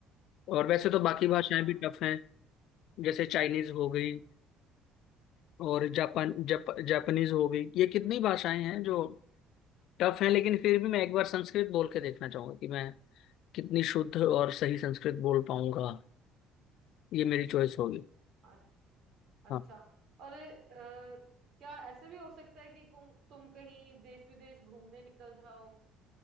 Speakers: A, on the left; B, on the right.
A: और वैसे तो बाकी
B: अच्छा
A: भाषाएं भी टफ हैं जैसे चाइनीज हो गई और जापान जप जापानीज हो गई ये कितनी भाषाएं हैं जो टफ हैं लेकिन फिर भी मैं एक बार संस्कृत बोल के देखना चाहूंगा कि मैं कितनी शुद्ध और सही संस्कृत बोल पाऊंगा ये मेरी चॉइस होगी
B: अ- अच्छा
A: हाँ
B: और अ, क्या ऐसे भी हो सकता है कि तुम तुम कहीं देश विदेश घूमने निकल जाओ